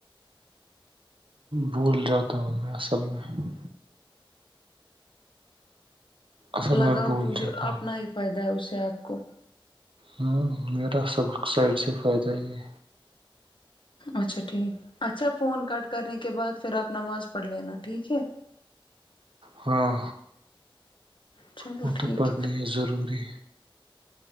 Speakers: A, on the right; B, on the left.
A: بھول جاتا ہوں میں اصل میں اصل
B: لگاؤ
A: میں بھول
B: کیونکہ
A: جاتا ہوں
B: اپنا ہی فائدہ ہے اسے آپ کو
A: ہاں میرا سب سائڈ سے فائدہ ہی ہے
B: اچھا ٹھیک اچھا فون کٹ کرنے کے بعد پھر آپ نماز پڑھ لینا ٹھیک ہے
A: ہاں
B: چلو
A: وہ
B: ٹھیک
A: تو پڑھنی ہے ضروری